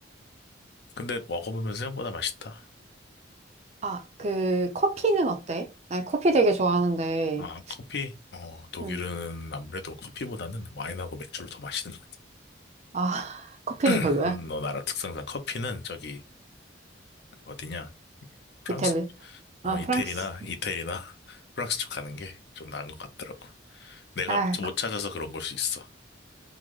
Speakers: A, on the left; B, on the right.
A: 근데 먹어보면 생각보다 맛있다.
B: 아, 그 커피는 어때? 난 커피 되게 좋아하는데
A: 아, 커피? 어, 독일은
B: 음.
A: 아무래도 커피보다는 와인하고 맥주를 더 마시는
B: 아 커피는
A: <laughs>
B: 별로야.
A: 너 나라 특성상 커피는 저기 어디냐? 프랑스,
B: 이탈리. 아
A: 어, 이태리나
B: 프랑스.
A: 이태리나 <laughs> 프랑스 쪽 가는 게 좀 나은 것 같더라고. 내가
B: 아
A: 못 찾아서 그런 걸 수 있어.